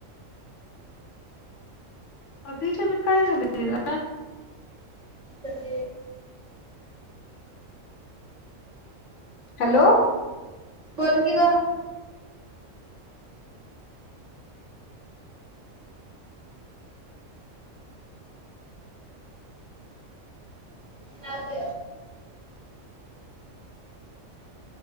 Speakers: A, on the left (about 70°); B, on the right (about 40°).
A: अगचानक काय झालं?
B: सज
A: हॅलो
B: बोल की ग हव